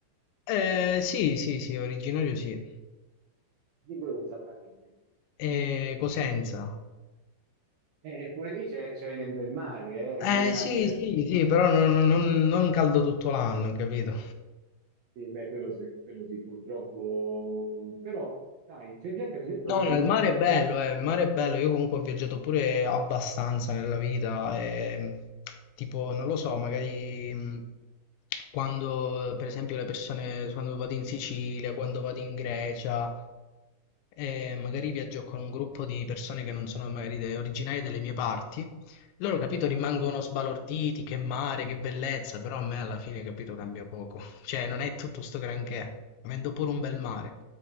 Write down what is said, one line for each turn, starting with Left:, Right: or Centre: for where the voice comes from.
Left: Eh, sì, sì, sì, originario sì.
Right: Di dove esattamente?
Left: Eh, Cosenza.
Right: Eh, pure lì c'è, c'è del bel mare,
Left: Eh,
Right: eh? Mica,
Left: sì,
Right: mica...
Left: sì, sì, però non, non- non caldo tutto l'anno, capito?
Right: Sì, beh, quello sì, quello sì, purtroppo. Però, dai, c'è gente, per esempio,
Left: No,
Right: che
Left: no,
Right: non
Left: il mare
Right: sopporta.
Left: è bello, eh, il mare è bello. Io comunque ho viaggiato pure abbastanza nella vita. E, tipo, non lo so, magari mh, quando, eh, per esempio, le persone, quando vado in Sicilia, quando vado in Grecia, eh, magari viaggio con un gruppo di persone che non sono magari de- originarie delle mie parti. Loro, capito, rimangono sbalorditi, che mare, che bellezza, però a me alla fine, capito, cambia poco. Cioè, non è tutto sto granché, avendo pure un bel mare.